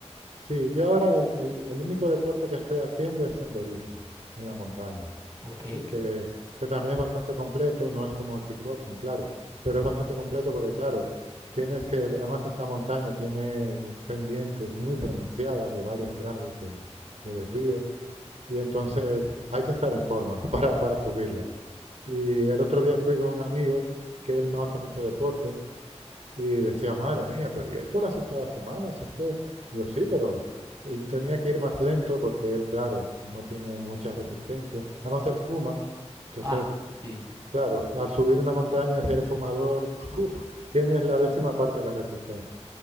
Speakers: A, on the right; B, on the right.
A: sí, yo ahora el el- el único deporte que estoy haciendo es senderismo en la montaña.
B: Ok.
A: que, que también es bastante completo, no es como el kickboxing, claro, pero es bastante completo porque, claro, tienes que, además esta montaña tiene pendientes muy pronunciadas de varios grados de, de desvío y entonces hay que estar en forma <laughs> para, para subirla. Y el otro día fui con un amigo que él no hace mucho deporte y decía, madre mía, pero ¿y esto lo haces todas las semanas? Esto, digo, sí, pero... Y tenía que ir más lento porque él, claro, no tiene mucha resistencia. Además, él fuma, entonces
B: Ah, sí.
A: Claro, al subir una montaña, si eres fumador, ¡puf! tienes la décima parte de la resistencia.